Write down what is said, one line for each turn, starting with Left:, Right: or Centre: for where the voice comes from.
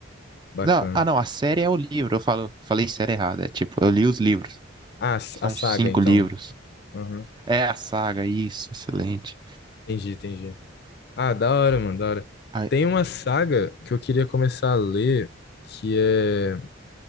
Left: Bacana.
Right: Não, ah, não, a série é o livro. Eu falo, falei série errada. É tipo, eu li os livros.
Left: Ah,
Right: São
Left: a saga,
Right: cinco
Left: então.
Right: livros.
Left: Aham.
Right: É a saga, isso, excelente.
Left: Entendi, entendi. Ah, da hora, mano, da hora.
Right: Ai,
Left: Tem uma saga que eu queria começar a ler, que é.